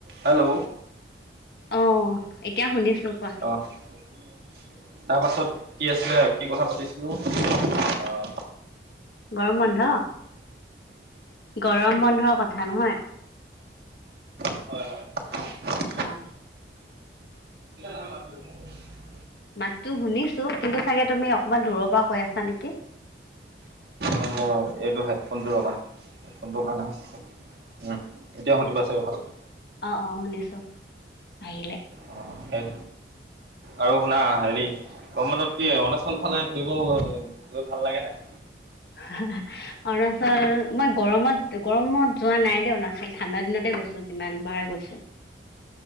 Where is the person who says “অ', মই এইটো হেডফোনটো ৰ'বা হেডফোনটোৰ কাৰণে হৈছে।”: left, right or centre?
Right